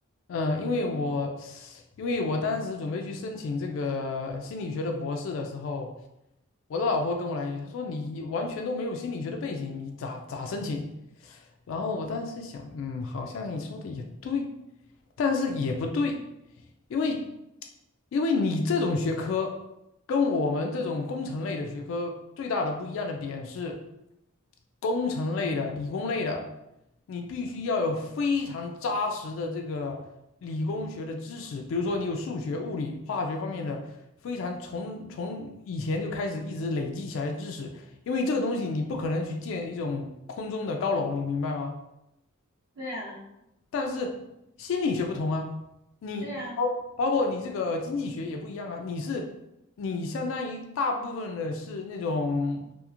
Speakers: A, on the left (about 65°); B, on the right (about 50°).
A: 嗯，因为我因为我当时准备去申请这个心理学的博士的时候。我的老婆跟我来一句，她说你完全都没有心理学的背景，你咋咋申请？然后我当时想，嗯，好像你说的也对，但是也不对，因为因为你这种学科跟我们这种工程类的学科最大的不一样的点是，工程类的、理工类的。你必须要有非常扎实的这个理工学的知识，比如说你有数学、物理、化学方面的非常从从以前就开始一直累积起来的知识，因为这个东西你不可能去建一种空中的高楼，你明白吗？
B: 对啊，
A: 但是心理学不同啊，你包包括你这个经济学也不一样啊，
B: 对啊。
A: 你是你相当于大部分的是那种